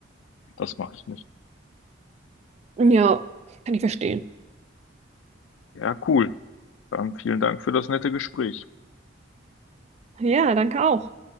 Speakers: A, on the left (about 70°); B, on the right (about 35°).
A: Das mache ich nicht.
B: Ja, kann ich verstehen.
A: Ja, cool. Dann vielen Dank für das nette Gespräch.
B: Ja, danke auch.